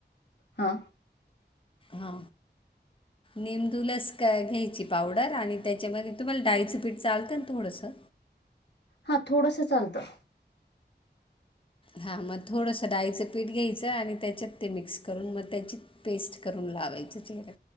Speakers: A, on the left; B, on the left.
A: हा.
B: हा. नेंदूलस क घ्यायची पावडर आणि त्याच्यामध्ये तुम्हाला डाळिचं पीठ चालतं ना थोडंसं?
A: हा थोडसं चालतं.
B: हा मग थोडंसं डाळीचं पीठ घ्यायचं आणि त्याच्यात ते मिक्स करून मग, त्याची पेस्ट करून लावायची चेहऱ्याला